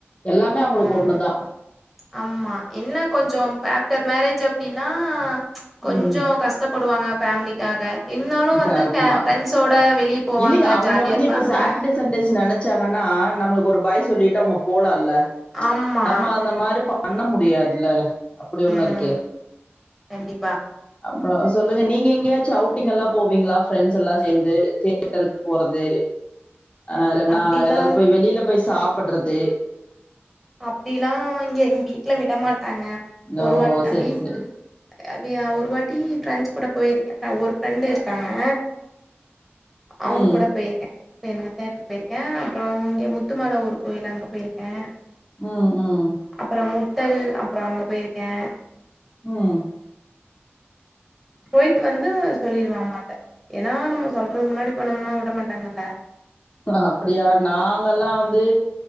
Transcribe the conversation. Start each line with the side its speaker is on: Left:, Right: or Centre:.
Left: எல்லாமே அவங்களுக்கு
Centre: ம்.
Left: ஒண்ணு தா
Centre: ஆமா இன்னு கொஞ்ச ப ஃப்டர் மேரேஜ் அப்டின்னா கொஞ்ச
Left: ம்
Centre: கஷ்டப்படுவாங்க ஃபேம்லிக்காக இருந்தாலு வந்து
Left: க- ஆமா
Centre: ஃப்ரெண்ட்ஸோட வெளியே போவாங்க
Left: இல்லைங்க அவங்க
Centre: ஜாலியாக
Left: வந்து
Centre: இருப்பாங்க
Left: இப்ப சாட்டர்டே சண்டேஸ் நெ ச்சாங்கனா நம்மளுக்கு ஒரு பாய் சொல்லிட்டு அவ்ங்க போலால்ல
Centre: ஆமா.
Left: நம்ம அந்த மாரி பா அண்ண முடியாதுல அப்டி ஒன்னு
Centre: ம்.
Left: இருக்கே
Centre: கண்டிப்பா.
Left: அப்ற சொல்லுங்க நீங்க எங்கயாச்சு அவுட் குட்டிங்க எல்லா போவீங்ளா ப்ரெண்ட்ஸ் எல்லா சேந்து தேட்டருக்கு போறது அ இல்ல
Centre: அப்டிலாம்
Left: நா ஏதாவது போய் வெளியில போய் சாப்பிடுறது
Centre: அப்டிலா இங்க எங்க வீட்டுல விடமாட்டாங்க
Left: ஓ
Centre: ஒரு வாட்ட அபி
Left: செரி செரி
Centre: அ வீயா ஒரு வாட்டி ஃப்ரெண்ட்ஸ் கூட போயிருக்கே ஒரு ஃப்ரெண்டு இருக்காங்க அவங்
Left: ம்
Centre: கூட போயிருக்கே பேன தேட்டரு பேயிருக்கே அப்றோ இங்க முத்துமல ஊர்ரு கோயில் அங்க போயிருக்கே
Left: ம் ம்
Centre: அப்புற முட்டல் அப்புற அங்க போயிருக்கே
Left: ம்
Centre: போயிட்டு வந்து சொல்லிருவன் அம்மாட்ட ஏனா நம்ம சொல்றது முன்னாடி போனம்னா விட மாட்டாங்கல்ல
Left: அ அப்படியா நாங்கல்லா வந்து